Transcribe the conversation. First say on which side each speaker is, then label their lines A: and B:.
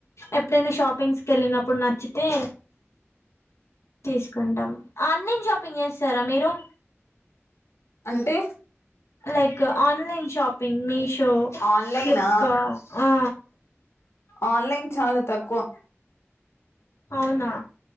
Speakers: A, on the left; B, on the left.
A: ఎప్పుడైనా షాపింగ్స్క షాపింగ్స్కేళ్ళినప్పుడు నచ్చితే తీసుకుంటాం ఆన్లైన్ షాపింగ్ చేస్తారా మీరు
B: అంటే
A: like online shopping Meesho
B: ఆన్లైనా
A: ఫ్లిప్కా ఆ
B: ఆన్లైన్ చాలా తక్కువ
A: అవునా